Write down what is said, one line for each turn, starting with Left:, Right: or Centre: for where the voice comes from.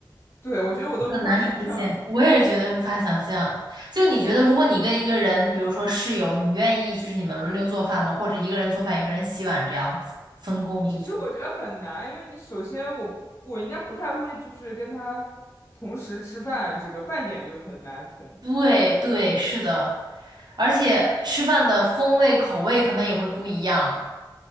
Left: 对，我觉得我都无法想象。
Right: 很难实现，我也觉得无法想象。就你觉得，如果你跟一个人，比如说室友，你愿意就是你们轮流做饭吗？或者一个人做饭，一个人洗碗这样子，分工明确？
Left: 其实我觉得很难，因为你首先我我应该不太会，就是跟他同时吃饭，这个饭点就很难统一。
Right: 对对，是的，而且吃饭的风味口味可能也会不一样。